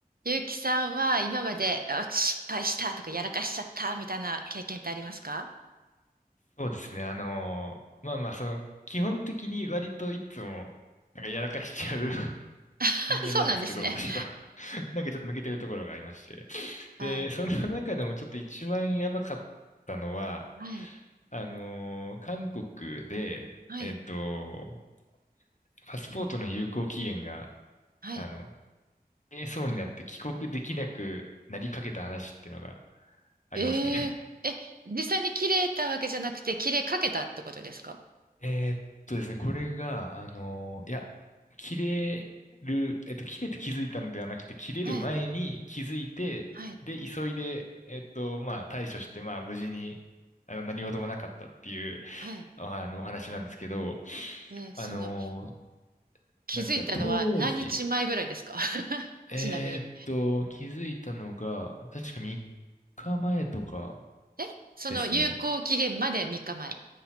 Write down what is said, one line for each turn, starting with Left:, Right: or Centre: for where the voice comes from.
Right: ゆうきさんは今まであ失敗したとかやらかしちゃったみたいな経験ってありますか
Left: そうですね。あのーまあまあ、その、基本的に割といつも、なんかやらかしちゃう <laughs>
Right: <laughs>
Left: 人間なんですけど、
Right: そうなんですね。
Left: 私は
Right: <laughs>
Left: <laughs> なんかちょっと抜けてるところがありまして。
Right: あ、
Left: で、その中でもちょっと一番やばかったのは、
Right: はい、
Left: あのー韓国で、
Right: はい、
Left: えっと、パスポートの有効期限が、
Right: はい。
Left: あの、切れそうになって帰国できなくなりかけた話っていうのがありますね。
Right: えええ、実際に切れたわけじゃなくて、切れかけたってことですか
Left: えーっとですね、これが、あのいや、切れる、えっと、切れて気づいたのではなくて、切れる前に気づいて、
Right: はい、はい、
Left: で、急いで、えっと、まあ、対処して、まあ、無事に、あの、何事もなかったっていう、
Right: はい。
Left: あの、お話なんですけど、
Right: えーその、
Left: あの
Right: 気づいたのは何日前ぐらいですか
Left: なんか、当時、
Right: <laughs>
Left: えーっと、
Right: ちなみに。
Left: 気づいたのが、確か3日前とか
Right: え、その有効期限まで3日前。
Left: ですね。